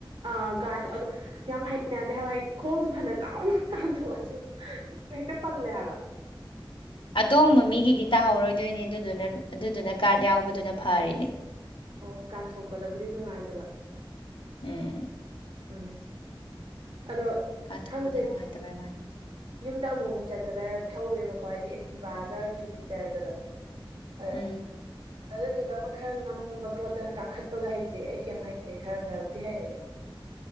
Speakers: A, on the right (about 75°); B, on the left (about 75°).
A: ꯑꯥ ꯒꯥꯔꯗꯣ ꯑꯗꯣ ꯌꯥꯝ ꯍꯩꯅꯗꯦ ꯍꯥꯏꯕ ꯍꯥꯏꯗꯤ ꯈꯣꯡꯁꯨꯦ ꯐꯅ ꯂꯥꯎꯅ ꯇꯥꯟꯊꯣꯛꯑꯁꯨ ꯍꯦꯛꯇ ꯄꯜꯂꯌꯥꯕ
B: ꯑꯇꯣꯡꯕ ꯃꯤꯒꯤꯗꯤ ꯇꯥꯍꯧꯔꯣꯏꯗꯣꯏꯅꯦ ꯑꯗꯨꯗꯨꯅ ꯑꯗꯨꯗꯨꯅ ꯒꯥꯔꯗ ꯌꯥꯎꯕꯗꯨꯅ ꯐꯔꯤꯅꯦ
A: ꯑꯣ ꯀꯥꯟꯊꯣꯛꯄꯗꯕꯨꯗꯤ ꯅꯨꯡꯉꯥꯏꯇꯕ
B: ꯎꯝ
A: ꯎꯝ ꯑꯗꯣ
B: ꯀꯥꯟꯊꯣꯛꯄꯗ
A: ꯈꯪꯗꯦ
B: ꯅꯨꯡꯉꯥꯏꯇꯕ ꯃꯥꯜꯂꯦ
A: ꯌꯨꯝꯗ ꯑꯃꯨꯛꯃꯨꯛ ꯆꯠꯄꯗ ꯊꯧꯋꯦꯕꯀꯣ ꯍꯥꯏꯗꯤ ꯑꯦꯛꯇꯤꯚꯒ ꯖꯨꯄꯤꯇꯔꯒꯗꯣ ꯑꯣ
B: ꯎꯝ
A: ꯑꯗꯨꯗꯨꯒ ꯑꯃ ꯈꯔ ꯉꯝꯕ ꯄꯣꯠꯇꯅ ꯀꯥꯈꯠꯄꯒ ꯍꯩꯇꯦ ꯑꯩ ꯀꯩꯝ ꯍꯩꯇꯦ ꯈꯔ ꯈꯔꯕꯨꯗꯤ ꯍꯩꯔꯦ